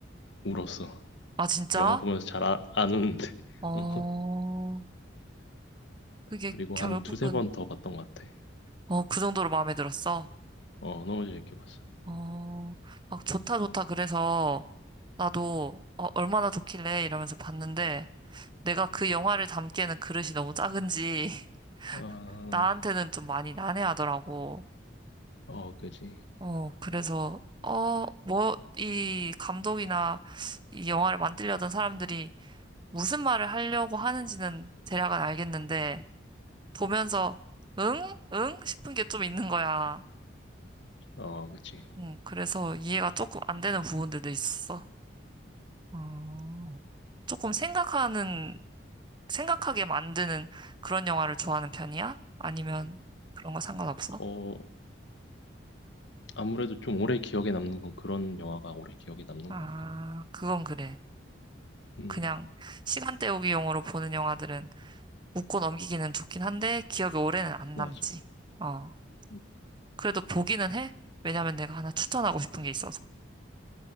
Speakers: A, on the left (about 70°); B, on the right (about 25°).
A: 울었어.
B: 아, 진짜?
A: 영화 보면서 잘 아, 안 우는데. <laughs>
B: 어,
A: 어,
B: 그게
A: 그리고
B: 결국은,
A: 한 두세 번 더 봤던 것 같아.
B: 어, 그 정도로 마음에 들었어.
A: 어, 너무 재밌게 봤어.
B: 어, 막 좋다 좋다 그래서 나도 어, 얼마나 좋길래 이러면서 봤는데 내가 그
A: 음.
B: 영화를 담기에는 그릇이 너무 작은지
A: 아,
B: <laughs> 나한테는 좀 많이 난해하더라고.
A: 어, 그지.
B: 어, 그래서 어, 뭐, 이 감독이나 이 영화를 만들려던 사람들이 무슨 말을 하려고 하는지는 대략은 알겠는데 보면서 응? 응? 싶은 게 좀 있는 거야.
A: 어, 그지.
B: 응, 그래서 이해가 조금 안 되는 부분들도 있어. 어, 조금 생각하는, 생각하게 만드는 그런 영화를 좋아하는 편이야? 아니면 그런 거 상관없어?
A: 어, 아무래도 좀 오래 기억에 남는 건 그런 영화가 오래 기억에 남는
B: 아,
A: 것 같긴 해.
B: 그건 그래.
A: 음,
B: 그냥 시간 때우기용으로 보는 영화들은 웃고 넘기기는 좋긴 한데 기억에 오래는 안
A: 맞아.
B: 남지. 어,
A: 음.
B: 그래도 보기는 해. 왜냐면 내가 하나 추천하고 싶은 게 있어서.